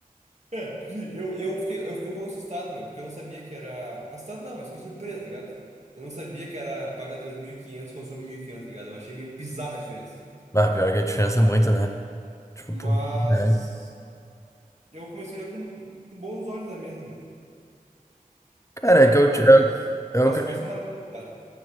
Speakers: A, on the right; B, on the left.
A: É, tipo assim, eu, eu fiquei, eu fiquei um pouco assustado, meu, porque eu não sabia que era. Assustado não, mas fiquei surpreso, tá ligado? Eu não sabia que era paga dois mil e quinhentos, e consome 1.500, tá ligado? Eu achei meio bizarra a diferença.
B: Ah, pior que a diferença é muito, né? Tipo,
A: Mas.
B: pô, é.
A: Eu comecei a olhar com, com bons olhos a mesa, meu.
B: Cara, é que eu,
A: Bons
B: ti-
A: olhos.
B: é, é
A: Mas
B: o que
A: sou
B: eu
A: mais camarada, claro.